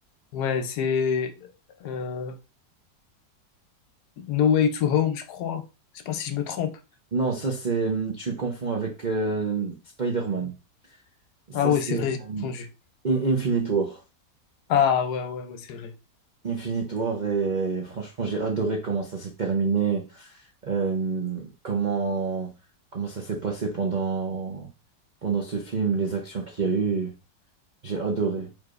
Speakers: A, on the left (about 70°); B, on the right (about 80°).
A: Ouais, c'est euh, No Way to Home, je crois. Je sais pas si je me trompe.
B: Non, ça c'est tu confonds avec euh, Spider-Man. Ça
A: Ah ouais,
B: c'est
A: c'est vrai, j'ai entendu.
B: In- Infinite War.
A: Ah ouais, ouais, ouais, c'est vrai.
B: Infinite War et franchement, j'ai adoré comment ça s'est terminé. Euh, comment, comment ça s'est passé pendant, pendant ce film, les actions qu'il y a eu. J'ai adoré.